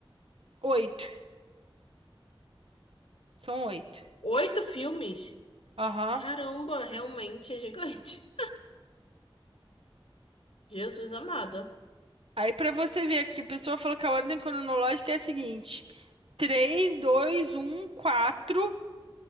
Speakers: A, on the right; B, on the left.
A: Oito. São oito.
B: Oito filmes.
A: Aham.
B: Caramba, realmente é gigante. <laughs> Jesus amado.
A: Aí pra você ver aqui, a pessoa falou que a ordem cronológica é a seguinte: três, dois, um, quatro,